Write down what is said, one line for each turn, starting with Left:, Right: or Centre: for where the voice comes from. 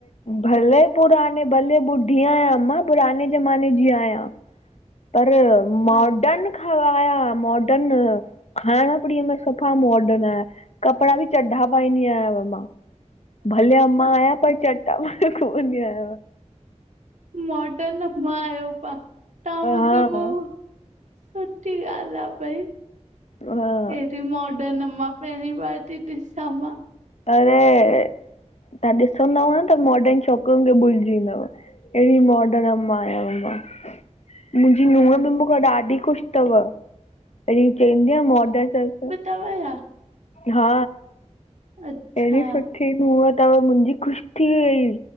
Left: भले पुराणे, भले ॿुढी आहियां। अमां पुराणे जमाने जी आहियां। पर मॉडन खराया। मॉर्डन खाइण पीअण में सफा मॉर्डन आह। कपड़ा बि चढा पाईंदी आहियांव मां। भले अमां आहियां पर चढा पाये घुमंदी आहियांव।
Right: मॉडन अमां आयो पा तव्हां मूंखे
Left: हा
Right: पोइ। सुठी ॻाल्हि आहे भई,
Left: हा
Right: हेॾी माड। ॾ अमां पहिरीं बार थी ॾिसां मा।
Left: अरे तव्हां ॾिसंदव त मॉर्डन छोकिरियून खे भुलिजी वेदव। अहिड़ी मोर्डन अमां आहियांव मां। मुंहिंजी
Right: उवई,
Left: नूह बि मूंखा ॾाढी खुशि तव। तॾी चईंदी आ, मोर्डन ससु।
Right: तवया।
Left: हा।
Right: अच्छा
Left: अॾी सुठी नूह अथव मुंहिंजी खुशि थी वई।